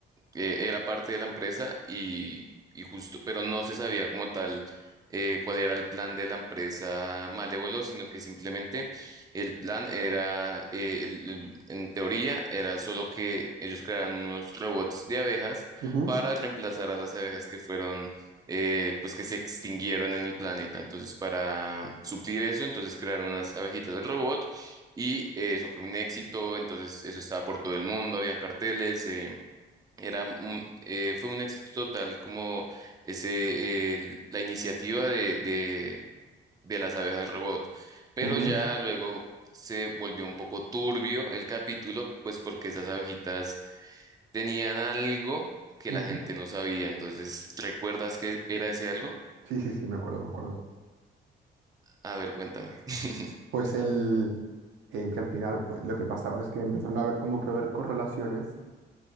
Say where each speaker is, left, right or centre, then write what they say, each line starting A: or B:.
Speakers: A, on the right; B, on the right.
A: eh, era parte de la empresa y, y justo, pero no se sabía como tal eh, cuál era el plan de la empresa Malévolo, sino que simplemente el plan era, eh, el- el- en teoría, era solo que ellos crearan unos robots de abejas
B: Ujú,
A: para reemplazar a las abejas que fueron, eh, pues que se extinguieron en el planeta. Entonces, para suplir eso, entonces crearon unas abejitas de robot. Y eh, eso fue un éxito, entonces eso estaba por todo el mundo, habían carteles, eh, era un- eh, fue un éxito total como ese, eh, la iniciativa de, de, de las abejas robot. Pero
B: ujú,
A: ya luego se volvió un poco turbio el capítulo, pues porque esas abejitas tenían algo que
B: ujú.
A: la gente no sabía. Entonces, ¿recuerdas que era ese algo?
B: Sí, sí, sí, me acuerdo, me acuerdo.
A: A ver, cuéntame. <laughs>
B: Pues el, eh, que al final pues, lo que pasaba es que empezaron a ver como que ver correlaciones